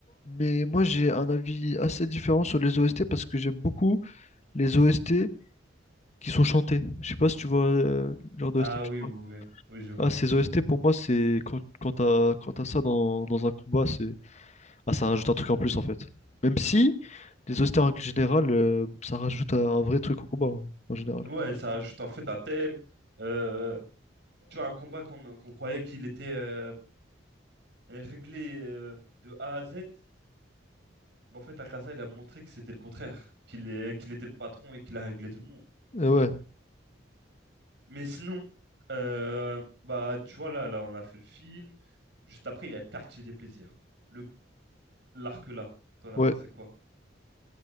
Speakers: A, on the left; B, on the right.
A: mais moi, j'ai un avis assez différent sur les OST parce que j'aime beaucoup les OST qui sont chantés. Je sais pas si tu vois euh, le genre d'OST
B: Ah
A: que
B: oui,
A: je parle.
B: oui, oui, oui, je vois.
A: Ah, ces OST, pour moi, c'est quand, quand t'as, quand t'as ça dans, dans un combat, c'est Ah, ça rajoute un truc en plus en fait. Même si, les austères en général, euh, ça rajoute un, un vrai truc au combat hein, en général.
B: Ouais, ça ajoute en fait un thème. Euh, tu vois, un combat qu'on qu'on croyait qu'il était euh, réglé euh, de A à Z. Mais en fait, Akaza, il a montré que c'était le contraire, qu'il est, qu'il était le patron et qu'il a réglé tout le monde.
A: Et ouais,
B: Mais sinon, euh, bah, tu vois, là, là, on a fait le film. Juste après, il y a Quartier des plaisirs. Le, l'arc là, t'en as
A: ouais.
B: pensé quoi?